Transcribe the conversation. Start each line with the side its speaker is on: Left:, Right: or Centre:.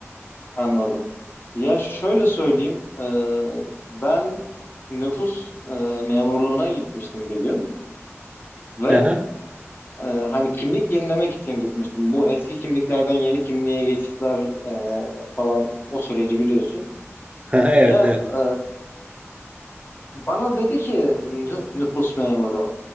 Left: Anladım. Ya şöyle söyleyeyim. ee, ben nüfus e, memurluğuna gitmiştim bir gün ve
Right: Aha.
Left: Ee, hani kimlik yenilemek için gitmiştim. Bu eski kimliklerden yeni kimliğe geçişler e, falan o süreci biliyorsun.
Right: Aha, Evet
Left: Ya
Right: evet.
Left: e, bana dedi ki nü- nüfus memuru